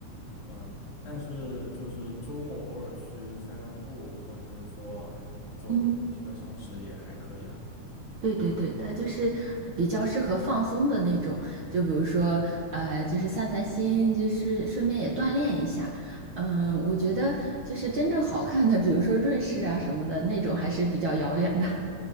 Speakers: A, on the left; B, on the right.
A: 嗯，但是就是周末偶尔去散散步，或者是说走几个小时也还可以了。
B: <laughs> 对对对，它就是比较适合放松的那种，就比如说，呃，就是散散心，就是顺便也锻炼一下。嗯，我觉得就是真正好看的，比如说瑞士啊什么的那种，还是比较遥远的。